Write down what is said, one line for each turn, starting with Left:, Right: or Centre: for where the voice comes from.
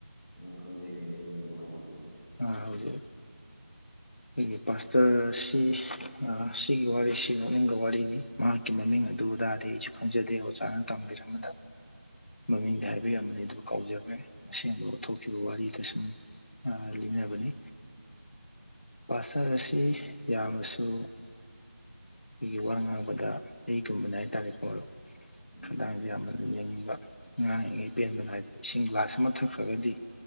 Centre: ꯎꯝ ꯈꯪꯖꯩ ꯈꯪꯖꯩ ꯃꯔꯨꯞ ꯃꯈꯥ ꯇꯥꯕꯤꯌꯨ
Left: ꯑꯥ ꯍꯧꯖꯤꯛ ꯑꯩꯒꯤ ꯄꯥꯁꯇꯔꯁꯤ ꯑ ꯁꯤꯒꯤ ꯋꯥꯔꯤꯁꯤ ꯅꯣꯛꯅꯤꯡꯕ ꯋꯥꯔꯤꯅꯤ ꯃꯍꯥꯛꯀꯤ ꯃꯃꯤꯡ ꯑꯗꯨ ꯑꯗꯥꯗꯤ ꯑꯩꯁꯨ ꯈꯪꯖꯗꯦ ꯑꯣꯖꯥꯅ ꯇꯝꯕꯤꯔꯝꯕꯗ ꯃꯃꯤꯡꯗ ꯍꯥꯏꯕꯤꯔꯝꯃꯤꯗꯨ ꯀꯥꯎꯖꯒ꯭ꯔꯦ ꯑꯁꯦꯡꯕ ꯊꯣꯛꯈꯤꯕ ꯋꯔꯤꯗ ꯁꯨꯝ ꯑ ꯂꯤꯅꯕꯅꯤ ꯄꯥꯁꯜ ꯑꯁꯤ ꯌꯥꯝꯅꯁꯨ ꯑꯩꯒꯤ ꯋꯥ ꯉꯥꯡꯕꯗ ꯑꯩꯒꯨꯝꯕꯅꯦ ꯍꯥꯏꯇꯥꯔꯦ ꯄꯣꯔꯣ
Centre: ꯎꯝ
Left: ꯈꯗꯥꯥꯡꯖꯤ ꯌꯥꯝꯅ ꯑꯗꯨꯝ ꯂꯤꯡꯕ ꯉꯥꯡꯉꯤꯒꯩ ꯄꯦꯟꯕꯅ ꯅꯥꯏꯗꯕ ꯏꯁꯤꯡ ꯒ꯭ꯂꯥꯁ ꯑꯃ ꯊꯛꯈ꯭ꯔꯒꯗꯤ